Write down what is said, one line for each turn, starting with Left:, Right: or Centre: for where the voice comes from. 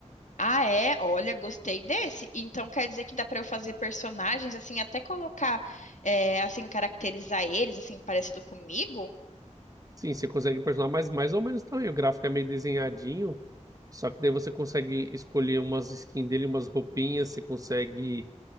Left: Ah, é? Olha, gostei desse. Então quer dizer que dá pra eu fazer personagens assim, até colocar, é, assim, caracterizar eles assim parecido comigo?
Right: Sim, você consegue personalizar, mas mais ou menos também. O gráfico é meio desenhadinho, só que daí você consegue escolher umas skins dele, umas roupinhas, você consegue